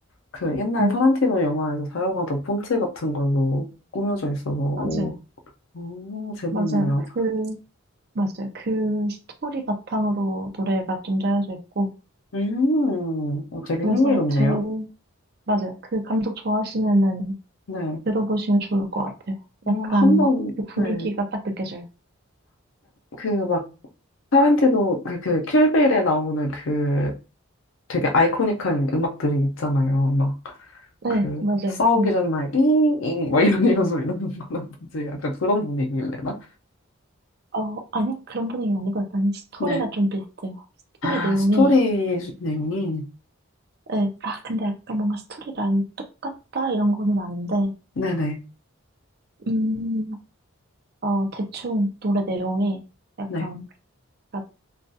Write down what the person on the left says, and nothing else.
그 옛날
타란티노 영화에서 사용하던 폰트 같은 걸로 꾸며져 있어서, 오,
오, 재밌네요.
음, 어, 되게
흥미롭네요.
네.
어,
한번,
네.
그막 타란티노 그, 그 킬빌에 나오는 그 되게 아이코닉한 음악들이 있잖아요. 막
그
싸우기
전에 막 이잉 막 이런 이런 소리 나는 거라든지 약간 그런 분위기일래나?
네.
아,
스토리 내용이.
네네.
네.